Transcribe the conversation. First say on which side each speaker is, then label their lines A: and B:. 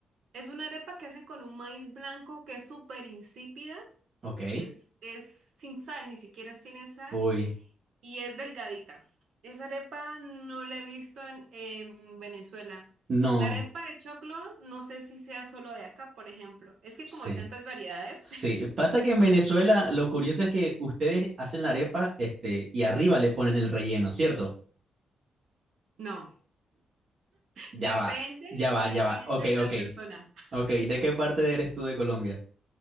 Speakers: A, on the right; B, on the right.
A: Es una arepa que hacen con un maíz blanco que es súper insípida,
B: Ok.
A: es, es sin sal, ni siquiera tiene sal.
B: Uy,
A: Y es delgadita. Esa arepa no la he visto en, en Venezuela.
B: no.
A: La arepa de choclo, no sé si sea solo de acá, por ejemplo. Es que
B: Sí,
A: como hay tantas variedades,
B: sí. Pasa que en Venezuela lo curioso es que ustedes hacen la arepa, este, y arriba le ponen el relleno, ¿cierto?
A: <laughs> no.
B: Ya
A: Depende,
B: va, ya va,
A: depende
B: ya va. Ok,
A: de la
B: ok.
A: persona.
B: Ok, ¿de qué parte eres tú de Colombia?